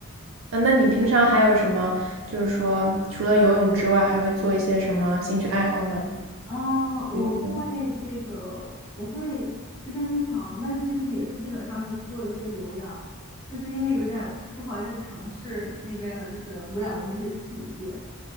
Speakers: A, on the right (about 65°); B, on the left (about 20°).
A: 嗯，那你平常还有什么，就是说除了游泳之外，还会做一些什么兴趣爱好呢？
B: 啊，
A: 就比如说，
B: 我会这个，我会去健身房，但是其实也是基本上是做一些有氧，就是因为有点儿不好意思尝试那边的，就是无氧的那些器械，